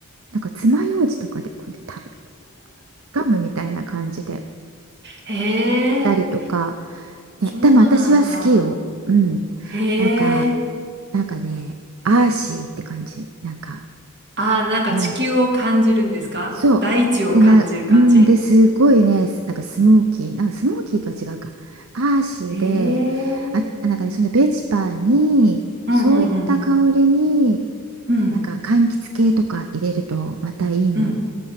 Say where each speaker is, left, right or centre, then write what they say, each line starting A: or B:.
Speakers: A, on the right; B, on the right.
A: なんか爪楊枝とかでこうやってたるガムみたいな感じで。
B: へ
A: たりとか、
B: え。そうなんだ。
A: ね、でも私は好きよ。うん。
B: へ
A: なんか、
B: え。
A: なんかね、アーシーって感じ。なんか、
B: あ、なんか地球を感じるんですか大地を感じる感じ
A: な、そう。で、な、うん、で、すごいね、なんかスモーキー、なんかスモーキーとは違うか。アーシーで、
B: へ
A: あ、
B: え。
A: なんかね、そのベチパーに、
B: うんうんうんうん。
A: そういった香りに、
B: うん、
A: なんか柑橘系とか入れるとまたいいのよ。
B: うん。